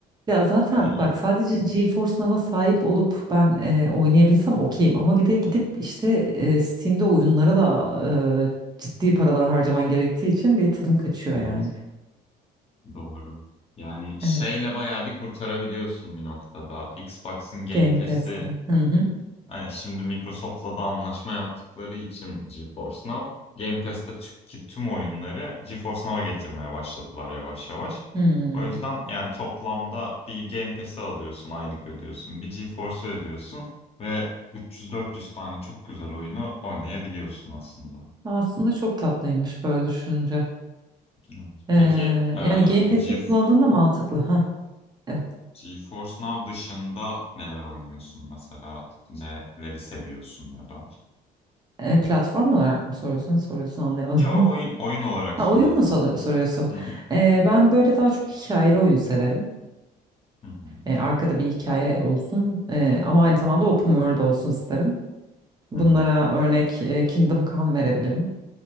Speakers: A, on the right (about 25°); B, on the left (about 35°).
A: Ya zaten
B: Hani iyi-
A: bak sadece GeForce Now'a sahip olup ben e, oynayabilsem okeyim ama bir de gidip işte e, Steam'de oyunlara da e, ciddi paralar harcaman gerektiği için bir tadım kaçıyor
B: evet,
A: yani.
B: doğru. Yani şeyle
A: Evet.
B: bayağı bir kurtarabiliyorsun bir noktada. Xbox'ın Game
A: Game
B: Pass'i
A: Pass'le. Hı hı.
B: Yani şimdi Microsoft'la da anlaşma yaptıkları için GeForce Now, Game Pass'teki tüm oyunları GeForce Now'a getirmeye başladılar yavaş yavaş.
A: Hmm.
B: O yüzden yani toplamda bir Game Pass'i alıyorsun, aylık ödüyorsun, bir GeForce'u ödüyorsun ve 300-400 tane çok güzel oyunu oynayabiliyorsun aslında.
A: Aslında çok tatlıymış böyle düşününce.
B: Evet.
A: E,
B: Peki e,
A: yani Game Pass'i
B: Ge
A: kullandığında mantıklı. Ha. Evet.
B: GeForce Now dışında neler oynuyorsun mesela? Neleri seviyorsun ya da?
A: E, platform olarak mı soruyorsun? Soruyorsun anlayamadım.
B: Yo oyun
A: <laughs>
B: oyun olarak
A: Ha
B: soruyorum
A: oyun mu sor-
B: ya.
A: soruyorsun?
B: Hı hı.
A: E, ben böyle daha çok hikayeli oyun severim.
B: Hı hı.
A: E, arkada bir hikaye olsun E, ama aynı zamanda open world olsun isterim. Bunlara
B: Hı hı,
A: örnek e, Kingdom Come verebilirim.